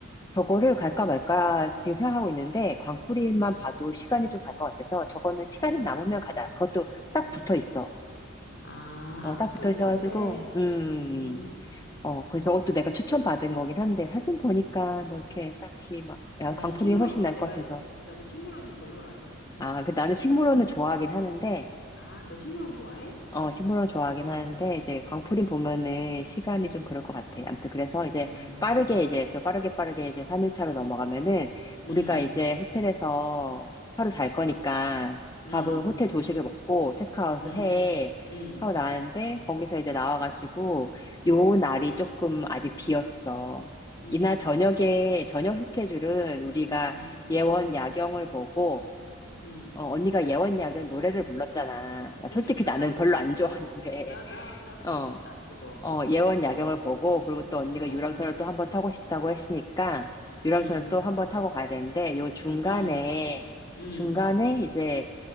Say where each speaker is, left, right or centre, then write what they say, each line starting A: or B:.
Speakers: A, on the left; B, on the left.
A: 저거를 갈까 말까 지금 생각하고 있는데 광프린만
B: 응,
A: 봐도 시간이 좀 갈 것 같아서 저거는 시간이
B: 어,
A: 남으면 가자. 그것도 딱
B: 어.
A: 붙어 있어.
B: 아,
A: 어,
B: 아,
A: 딱
B: 붙어
A: 붙어
B: 있어,
A: 있어가지고,
B: 옆에?
A: 음, 음,
B: 어, 어.
A: 음. 어, 그 저것도 내가 추천받은 거긴 한데, 사진 보니까 뭐 이렇게 딱히 막, 야,
B: 아,
A: 광풀이
B: 난 식물원,
A: 훨씬 날
B: 내가,
A: 것 같아서.
B: 나도 식물원 좀 별로라서.
A: 아, 그 나는 식물원을 좋아하긴 하는데,
B: 아, 너 식물원 좋아해?
A: 어, 식물원
B: 응
A: 좋아하긴 하는데, 이제 광풀이 보면은 시간이
B: 응
A: 좀 그럴 것 같아. 아무튼 그래서 이제
B: 어,
A: 빠르게 이제 또 빠르게 빠르게 이제 3일차로 넘어가면은
B: 응
A: 우리가 이제
B: 응
A: 호텔에서 하루 잘 거니까
B: 응
A: 밥은 호텔 조식을 먹고 체크아웃을
B: 응
A: 해.
B: 응
A: 하고 나왔는데 거기서 이제 나와가지고 요 날이 조금 아직 비었어.
B: 응
A: 이날 저녁에, 저녁 스케줄은 우리가
B: 응
A: 예원 야경을 보고
B: 응
A: 어, 언니가 예원야경 노래를 불렀잖아. 나
B: <laughs>
A: 솔직히 나는
B: 나,
A: 별로 안 좋아하는데,
B: 어, 나, 나, 나 보고
A: <laughs> 어,
B: 싶다, 그거.
A: 어, 예원 야경을
B: 어,
A: 보고, 그리고 또 언니가
B: 어,
A: 유람선을 또 한번 타고 싶다고 했으니까, 유람선을
B: 응
A: 또 한번 타고 가야 되는데, 요 중간에,
B: 응 음,
A: 중간에 이제